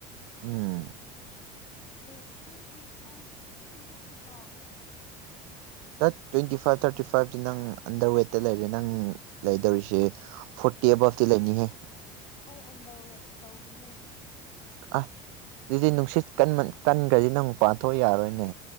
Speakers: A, on the right; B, on the left.
A: ꯎꯝ
B: ꯋꯦꯠ ꯇ꯭ꯋꯦꯟꯇꯤ ꯐꯥꯏꯚ ꯈꯪꯗꯦꯗ ꯑꯩ ꯀꯥꯎꯒꯔꯦ
A: ꯇꯠ ꯇ꯭ꯋꯦꯟꯇꯤ ꯐꯥꯏꯚ ꯊꯥꯔꯇꯤ ꯐꯥꯏꯚꯇꯤ ꯅꯪ ꯑꯟꯗꯔ ꯋꯦꯠꯇ ꯂꯩꯔꯦ ꯅꯪ ꯂꯩꯗꯧꯔꯤꯁꯤ ꯐꯣꯔ ꯔꯇꯤ ꯑꯕꯞꯇꯤ ꯂꯩꯅꯤ ꯍꯦ
B: ꯑꯩ ꯑꯟꯗꯔꯋꯦꯠ ꯇꯧꯕꯅꯦ
A: ꯑꯥ ꯗꯨꯗꯤ ꯅꯨꯡꯁꯤꯠ ꯀꯟꯃꯟ ꯀꯟꯈ꯭ꯔꯗꯤ ꯅꯪ ꯄꯥꯟ ꯊꯣꯛꯑ ꯌꯥꯔꯣꯏꯅꯦ